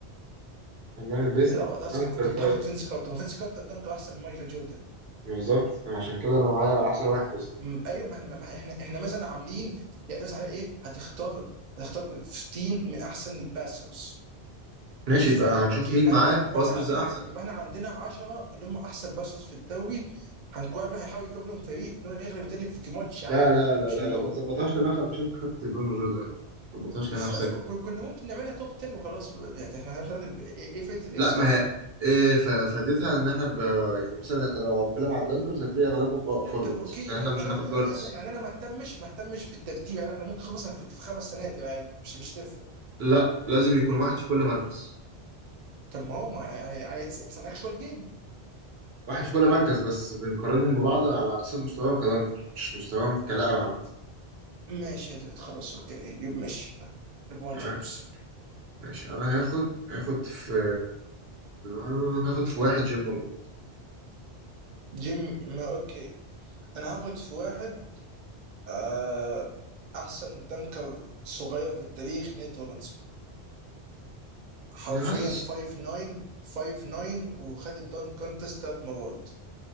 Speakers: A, on the right (about 70°); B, on the right (about 50°).
A: احنا بنعمل بيست
B: لا ده أصل
A: دانكر
B: كنت
A: فايف
B: هاخد فينس كارتر ما فينس كارتر دنك احسن من مايكل جوردن
A: بالظبط عشان كده انا معايا احسن واحد
B: أمم، ايوه ما احنا ما احنا احنا مثلا عاملين يعني مثلا على ايه هتختار هتختار في تيم من احسن الباسرز
A: ماشي يبقى
B: فا
A: هنشوف
B: اوكي
A: مين
B: يبقى
A: معاه
B: يبقى
A: في باسترز
B: احنا عندنا
A: احسن
B: يبقى احنا عندنا 10 اللي هم احسن باسرز في الدوري هنكون مين هيحاول يكون منهم فريق ان هو يغلب التاني في ماتش عادي
A: لا لا لا
B: مش
A: لا
B: اللي
A: لا
B: هو
A: ما تظبطهاش لنفسك عشان انت خدت برونو جوردن ما تظبطهاش
B: خلاص
A: لنفسك
B: كو- كو- كنا ممكن نعملها توب 10 وخلاص ب- ب- يعني احنا- احنا- ايه إيه فايده الاكس
A: لا ما
B: اي
A: هي إيه ف- فائدتها ان احنا ب... يعني مثلا إحنا لو هنتكلم على الدنكرز هتلاقي اغلبهم بقى فوروردز
B: طب اوكي
A: يعني
B: يعني
A: احنا مش
B: يعني
A: هناخد
B: يعني,
A: جاردز
B: يعني انا ما اهتمش ما اهتمش بالترتيب يعني انا ممكن خلاص انا في في خمس سنوات يبقى عادي مش مش تفرق
A: لا لازم يكون واحد في كل مركز
B: طب ما هو ما يعني يعني اتس ان اكشوال جيم
A: واحد في كل مركز بس بنقارنهم ببعض على اساس مستواهم كدنكر مش مستواهم كلاعب عامة
B: ماشي يا دود خلاص اوكي يبقى ماشي ليبرون
A: تمام
B: جيمس
A: ماشي انا هاخد هاخد في انا هاخد في واحد جيمولو
B: جيم ما اوكي انا هاخد في واحد آه احسن دنكر صغير في التاريخ نيت روبنسون حرفيا
A: انا حاسس
B: 5 9 5 9 وخد الدنك كونتست ثلاث مرات